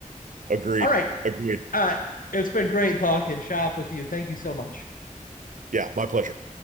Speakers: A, on the right (about 70°); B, on the left (about 80°).
A: Agreed.
B: All right.
A: Agreed.
B: Uh, it's been great talking shop with you. Thank you so much.
A: Yeah, my pleasure.